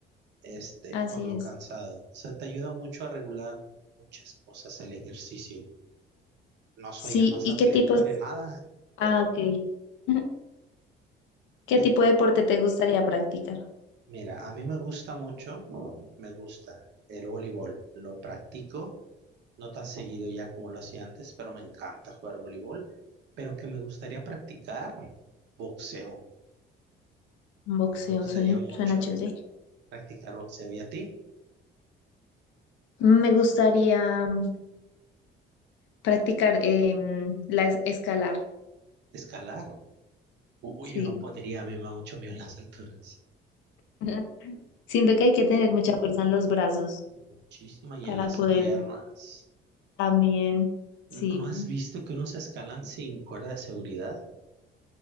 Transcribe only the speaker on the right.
este,
por lo
cansado. O sea, te ayuda mucho a regular muchas cosas el ejercicio. no soy
el más
atlético
ni nada,
pero
que,
mira, a mí me gusta mucho, me gusta el voleibol. Lo practico, no tan seguido ya como lo hacía antes, pero me encanta jugar voleibol. Pero que me gustaría practicar boxeo.
A mí me gustaría
mucho
practicar boxeo. ¿Y a ti?
Escalar. Uy,
yo no podría, a mí me da mucho miedo las alturas.
Muchísima y
en las
piernas.
¿No
no has visto que unos escalan sin cuerda de seguridad?